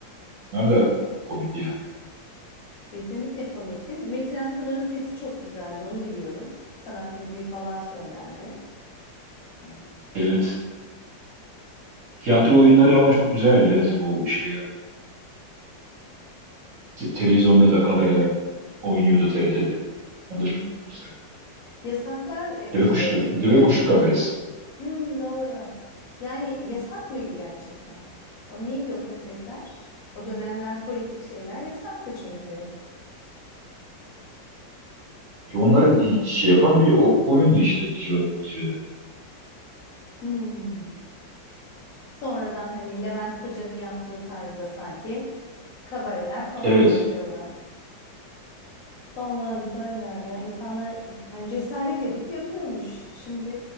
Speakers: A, on the right; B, on the left.
A: Onlar da komikti yani.
B: Kesinlikle komikti. Metin Akpınar'ın sesi çok güzeldi onu biliyorum. Sanat müziği falan söylerdi. Ee,
A: Evet. Tiyatro oyunları ama çok güzeldi. Evet o şeyler. Te- televizyonda da kabareler oynuyordu TRT'de. Onlar
B: hmm.
A: da çok güzeldi.
B: Yasaklar e,
A: Deve
B: şey
A: kuşu,
B: miydi?
A: deve
B: Ger
A: kuşu kabaresi.
B: Hmm, doğru. Yani yasak mıydı gerçekten? O neydi o kasetler? O dönemler politik şeyler yasaktı çünkü.
A: E onları hi- şey yapan bir o- oyundu işte İcve, İcve'de.
B: Hmm. Sonradan hani Levent Kırca'nın yaptığı tarzda sanki kabareler falan
A: Evet.
B: yapıyorlardı. Vallahi güzeller ya. İnsanlar hani cesaret edip yapıyormuş. Şimdi